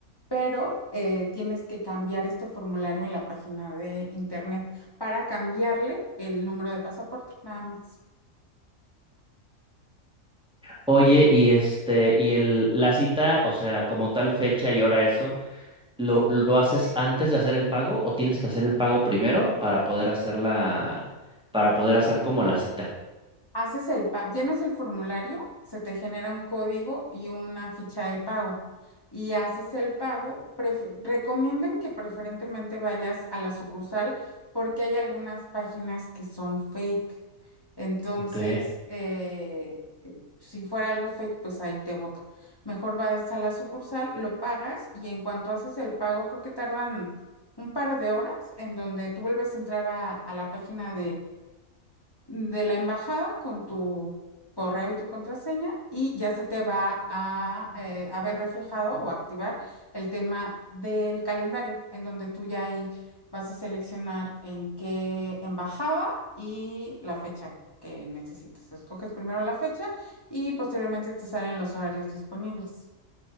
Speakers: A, on the left; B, in the centre.
A: pero eh, tienes que cambiar este formulario en la página de internet para cambiarle el número de pasaporte, nada más.
B: Oye, y este, y el, la cita, o sea, como tal fecha y hora eso, ¿lo, lo haces antes de hacer el pago o tienes que hacer el pago primero para poder hacer la, para poder hacer como la cita?
A: Haces el pa- llenas el formulario, se te genera un código y una ficha de pago. Y haces el pago. prefe- recomiendan que preferentemente vayas a la sucursal porque hay algunas páginas que son fake. Entonces,
B: Ok.
A: eh, si fuera algo fake, pues ahí te bota. Mejor vas a la sucursal, lo pagas y en cuanto haces el pago, creo que tardan un par de horas en donde tú vuelves a entrar a, a la página de la embajada con tu correo y tu contraseña y ya se te va a eh, haber reflejado o activar el tema del calendario, en donde tú ya ahí vas a seleccionar en qué embajada y la fecha que necesites. Escoges primero la fecha y posteriormente te salen los horarios disponibles.